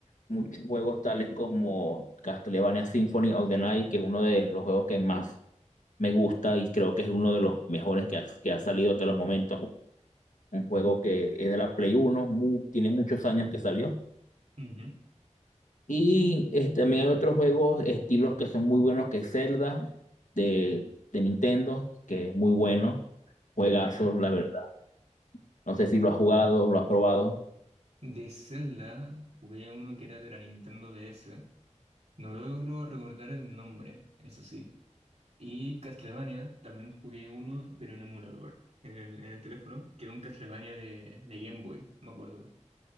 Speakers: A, on the left; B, on the right.
A: muchos juegos tales como Castlevania Symphony of the Night, que es uno de los juegos que más me gusta y creo que es uno de los mejores que ha, que ha salido hasta los momentos. Un juego que es de la Play Uno mu- tiene muchos años que salió.
B: Ujú.
A: Y este, también hay otros juegos, estilos que son muy buenos, que es Zelda de, de Nintendo, que es muy bueno. Juegazo,
B: ¿Ya?
A: la verdad. No sé si lo has jugado, lo has probado.
B: De Zelda, jugué uno que era de la Nintendo DS. No logro recordar el nombre, eso sí. Y Castlevania, también jugué uno, pero en emulador, en el, en el teléfono, que era un Castlevania de, de Game Boy, me acuerdo.